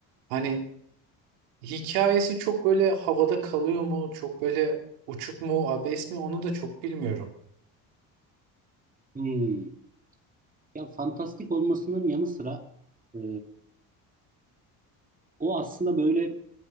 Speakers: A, on the right; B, on the right.
A: Hani hikayesi çok böyle havada kalıyor mu? Çok böyle uçuk mu, abes mi? Onu da çok bilmiyorum.
B: Hmm. Ya fantastik olmasının yanı sıra e, o aslında böyle